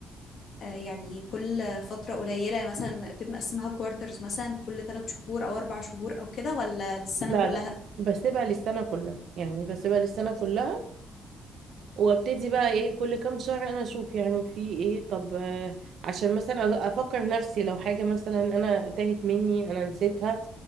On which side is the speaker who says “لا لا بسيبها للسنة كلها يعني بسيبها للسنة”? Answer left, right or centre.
Right